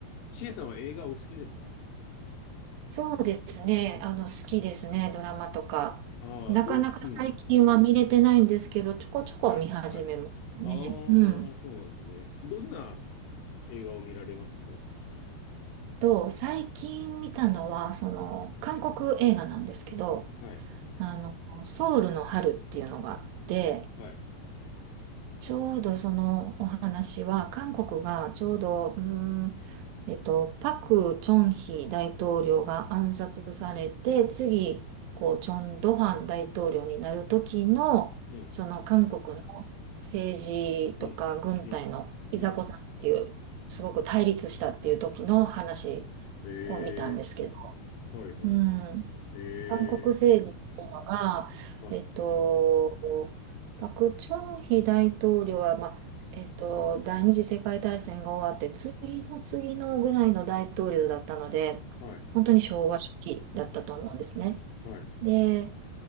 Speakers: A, on the left; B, on the right.
A: シエさんは映画お好きですか
B: そうですね。あの、好きですね、ドラマとか。
A: ああー、
B: なかなか最近は見れてないんですけど、
A: どん、うん。
B: ちょこちょこ見始めましたね。
A: はい、はい。ああ、
B: うん。
A: そうなんですね。どんな映画を見られます
B: と、最近見たのは、その、韓国映画なんですけど、
A: はい、
B: あの、ソウルの春っていうのがあって、
A: はい。
B: ちょうどそのお話は、韓国がちょうど、うーん、えっと、パク・チョンヒ大統領が暗殺されて、次、こう、チョン・ドファン大統領になる時の、
A: うん、
B: その韓国の政治とか軍隊のいざこざっていう、
A: うん、うん、うん。
B: すごく対立したっていう時の話
A: へ
B: を見たんですけど、
A: え、はい、はい、
B: うん。
A: はい。へえ、
B: 韓国政治っていうのが、
A: はい、
B: えっと、パク・チョンヒ大統領は、まあ、えっと、第二次世界大戦が終わって、次の次のぐらいの大統領だったので、
A: はい、
B: 本当に昭和初期だったと思うんですね。
A: はい、
B: で、えっ